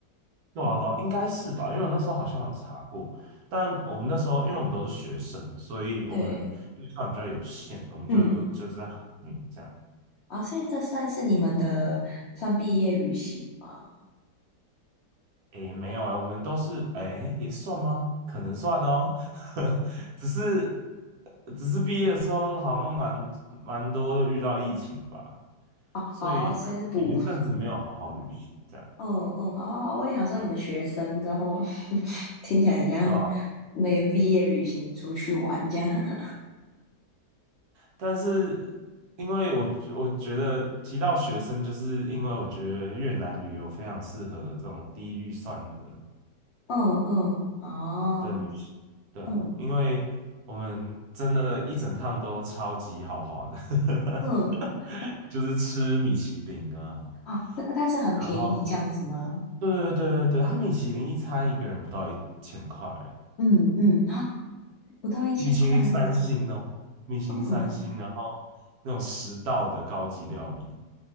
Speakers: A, on the right; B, on the left.
A: 对啊对啊，应该是吧，因为我那时候好像有查过，但我们那时候因为我们都是学生，所以我们预算比较有限，
B: <laughs> 对，
A: 我们就就在嗯这样。
B: 嗯，啊，所以这算是你们的算毕业旅行吗？
A: 诶，没有诶，我们都是诶，也算吗？可能算哦，<laughs> 只是只是毕业的时候好像蛮蛮多都遇到疫情吧，
B: 哦哦，
A: 所以有一阵子没有好好旅行，
B: 所以是补，
A: 这样
B: 嗯嗯哦，我也想说你们学生之后
A: 对啊，
B: <laughs> 听起来很像那个毕业旅行出去玩这样，
A: 对啊。
B: <laughs>
A: 但是因为我我觉得提到学生，就是因为我觉得越南旅游非常适合这种低预算的
B: 嗯嗯哦。
A: 的旅行。对啊，
B: 嗯
A: 因为我们真的一整趟都超级豪华的，<laughs>
B: 嗯，哦，
A: 就是吃米其林啊，
B: 啊，那但是很便宜这样子吗？
A: 然后对对对对对，它米其林一餐一个人不到一千块，
B: 嗯嗯，啊，不到一千块。
A: 米其林三星哦，米其林三星，
B: 嗯，
A: 然后那种十道的高级料理，